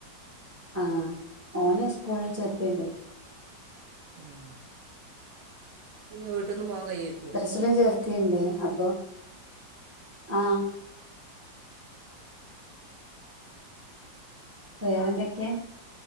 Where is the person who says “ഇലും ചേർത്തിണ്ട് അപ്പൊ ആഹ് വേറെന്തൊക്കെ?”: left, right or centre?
Right